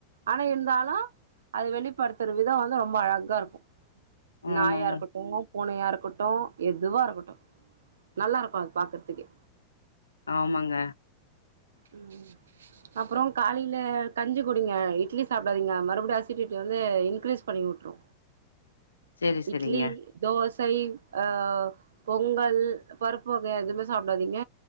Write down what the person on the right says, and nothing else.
ஆனா இருந்தாலு அது வெளிப்படுத்துற விதோ வந்து ரொம்ப அழகா இருக்கு நாய்
யா இருக்கட்டு பூனையா இருக்கட்டு எதுவா இருக்கட்டு நல்லா இருக்கு அத பாக்கறதுக்கு
உம் அப்றோ காலையில கஞ்சி குடிங்க இட்லி சாப்டாதீங்க மறுபடி அசடிட்டி வந்து இன்கிரீஸ் பண்ணி விட்டுரு
இட்லி தோஸ் சை ஆஹ் பொங்கல் பருப்பு வகை எதுமே சாப்டாதீங்க